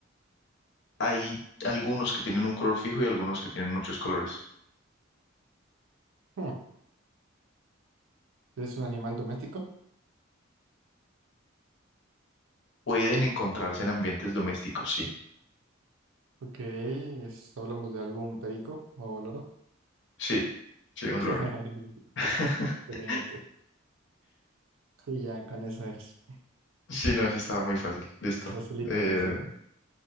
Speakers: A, on the left; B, on the right.
A: Hay algunos que tienen un color fijo y algunos que tienen muchos colores.
B: Hmm, ¿Es un animal doméstico?
A: Pueden encontrarse en ambientes domésticos, sí,
B: Ok, es- hablamos de algún perico o loro.
A: sí, sí, un
B: <laughs>
A: loro. <laughs>
B: Excelente. Sí, ya con eso eres.
A: Sí, no, sí, estaba muy fácil, listo.
B: Facilito,
A: Eh,
B: facilito.